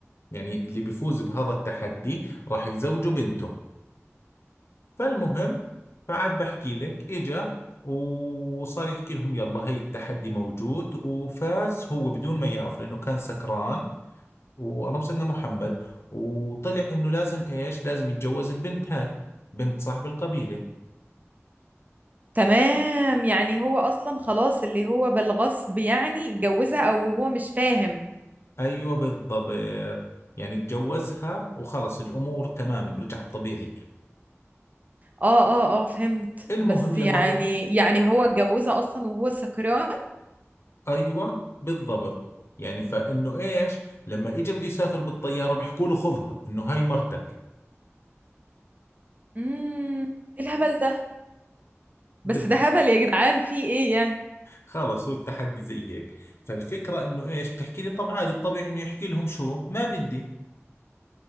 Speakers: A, on the left (about 60°); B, on the right (about 35°).
A: يعني اللي بيفوز بهذا التحدي راح يزوجه بنته فالمهم فعاد بحكي لك اجا وصار يحكي لهم يلا هي التحدي موجود وفاز هو بدون ما يعرف لأنه كان سكران واللهم سيدنا محمد وطلع انه لازم ايش لازم يتجوز البنت هاي بنت صاحب القبيلة
B: تمام
A: فال-
B: يعني هو أصلا خلاص اللي هو بالغصب يعني اتجوزها أو هو مش فاهم
A: ايوه بالضبط يعني تجوزها وخلص الامور تمام رجعت طبيعية
B: اه اه اه فهمت
A: المهم
B: بس
A: لما
B: يعني
A: هو
B: يعني هو اتجوزها اصلا وهو سكران
A: ايوه بالضبط يعني فانه ايش لما اجى بده يسافر بالطياره بيحكوا له خذها انه هاي مرتك
B: امم ايه الهبل ده
A: بالضبط
B: بس ده هبل يا جدعان في ايه يعني
A: خلص هو التحدي زي هيك فالفكره انه ايش بتحكي لي طب عادي الطبيعي انه يحكي لهم شو ما بدي